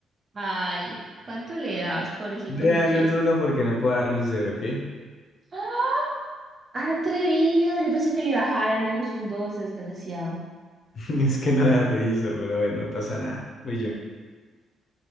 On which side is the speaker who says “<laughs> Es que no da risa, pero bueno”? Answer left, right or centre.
Left